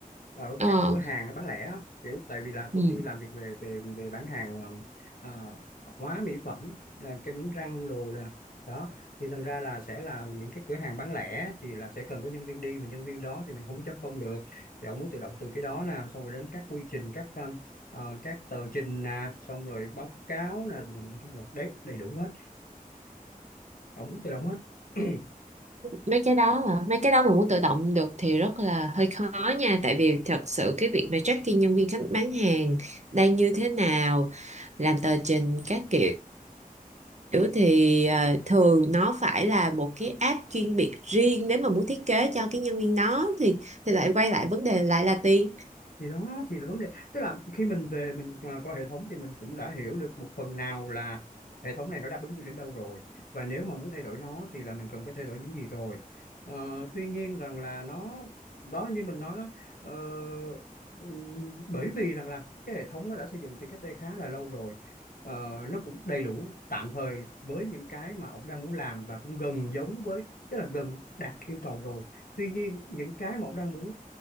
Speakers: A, on the left; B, on the right.
A: ở
B: ờ
A: các cửa hàng bán lẻ á, kiểu tại vì là công
B: ừ.
A: ty làm việc về về về bán hàng ờm, ờ, hóa mỹ phẩm là kem đánh răng đồ là đó thì thành ra là sẽ là những cái cửa hàng bán lẻ thì là sẽ cần có nhân viên đi mà nhân viên đó thì mình không có chấm công được thì ông muốn tự động từ cái đó nè xong rồi đến các quy trình các ờ, ờ, các tờ trình nè xong rồi báo cáo nè nói chung là đấy đầy đủ hết ông muốn tự động hết <clears throat>
B: mấy cái đó mà mấy cái đó mà muốn tự động được thì rất là hơi khó nha tại vì thật sự cái việc mà tracking nhân viên khách bán hàng đang như thế nào làm tờ trình các kiểu kiểu thì à, thường nó phải là một cái app chuyên biệt riêng nếu mà muốn thiết kế cho cái nhân viên đó thì thì lại quay lại vấn đề lại là tiền
A: thì đó thì là vấn đề tức là khi mình về mình à, coi hệ thống thì mình cũng đã hiểu được một phần nào là hệ thống này nó đáp ứng được đến đâu rồi và nếu mà muốn thay đổi nó thì là mình cần phải thay đổi những gì rồi Ờ, tuy nhiên rằng là nó đó như mình nói đó ờ, ừm, bởi vì rằng là cái hệ thống nó đã xây dựng từ cách đây khá là lâu rồi Ờ, nó cũng đầy đủ tạm thời với những cái mà ông đang muốn làm và cũng gần giống với tức là gần đạt yêu cầu rồi tuy nhiên những cái mà ông đang muốn